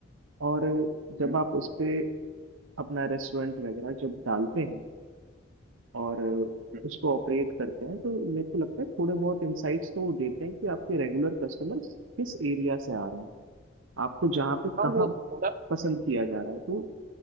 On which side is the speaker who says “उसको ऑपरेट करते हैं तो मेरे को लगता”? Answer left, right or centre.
Right